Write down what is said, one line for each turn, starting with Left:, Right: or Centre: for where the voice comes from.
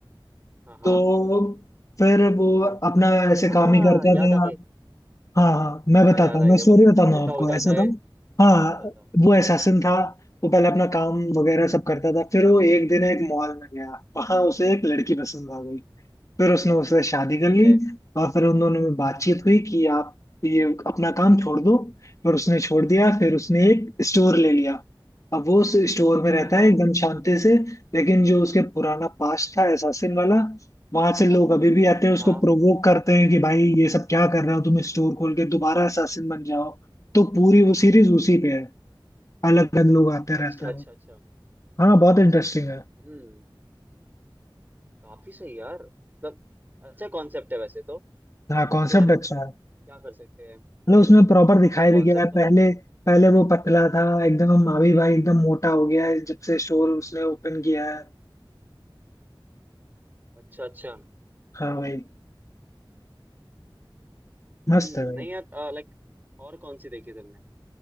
Right: हाँ हाँ
Left: तो फिर वो अपना ऐसे
Right: आ
Left: काम ही करता
Right: याद
Left: था
Right: आ गए
Left: हाँ हाँ मैं
Right: हाँ
Left: बताता
Right: याद
Left: हूँ
Right: आ
Left: मैं
Right: गया
Left: स्टोरी
Right: वो मोटा
Left: बताता हूँ आपको
Right: हो जाता
Left: ऐसा
Right: है
Left: था हाँ
Right: हाँ हाँ बता
Left: वो एसासिन था वो पहले अपना काम वगैरह सब करता था फिर वो एक दिन एक मॉल में गया वहां उसे एक लड़की पसंद आ गई फिर उसने उससे शादी
Right: ठीक
Left: कर ली
Right: है
Left: और फिर उन दोनों में बातचीत हुई कि आप ये अपना काम छोड़ दो पर उसने छोड़ दिया फिर उसने एक स्टोर ले लिया अब वो उस स्टोर में रहता
Right: हाँ हाँ
Left: है एकदम शांति से लेकिन जो उसके पुराना पास्ट था एसासिन वाला वहां से लोग अभी भी आते
Right: हाँ
Left: हैं उसको
Right: हाँ
Left: प्रोवोक करते हैं कि भाई ये सब क्या कर रहे हो तुम स्टोर खोल के दोबारा एसासिन बन जाओ तो पूरी वो सीरीज उसी पे है अलग अलग लोग आते
Right: अच्छा
Left: रहते हैं
Right: अच्छा अच्छा
Left: हाँ बहुत इंटरेस्टिंग है
Right: हम्म काफी सही यार मतलब अच्छा कॉन्सेप्ट है वैसे तो
Left: हाँ कॉन्सेप्ट
Right: बट यार
Left: अच्छा है
Right: क्या कर सकते हैं
Left: मतलब उसमें प्रॉपर दिखाया
Right: है ना
Left: भी
Right: कॉन्सेप्ट
Left: गया है
Right: तो
Left: पहले
Right: अच्छा है
Left: पहले वो पतला था एकदम अभी भाई एकदम मोटा हो गया है जब से स्टोर उसने ओपन किया है
Right: अच्छा अच्छा
Left: हाँ भाई मस्त
Right: हम्म
Left: है भाई
Right: नहीं यार लाइक और कौन सी देखी तुमने